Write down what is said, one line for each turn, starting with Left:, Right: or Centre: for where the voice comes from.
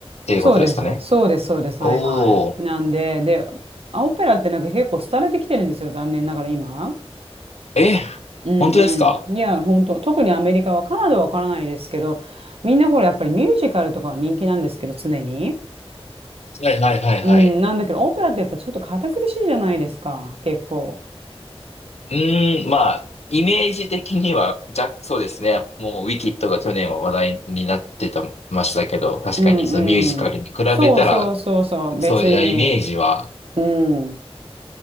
Left: ていうことですかね。
Right: そうです。そうです。そうです。
Left: おー。
Right: はいはい。なんで、で、あオペラってなんか結構廃れてきてるんですよ。残念ながら今。
Left: え、
Right: うん
Left: 本当ですか
Right: うん。いや、本当、特にアメリカは、カナダはわからないですけど、みんなほら、やっぱりミュージカルとかは人気なんですけど、常に。
Left: はいはいはいはい。
Right: うん、なんだけど、オペラってやっぱちょっと堅苦しいじゃないですか、結構。
Left: うーん、まあ、イメージ的には、じゃ、そうですね。もう、ウィキッドが去年は話題になってた、ましたけど、確かにそのミュージカルに比べたら、
Right: うんうん。そうそうそうそう、別に。
Left: そういうイメージは
Right: うん。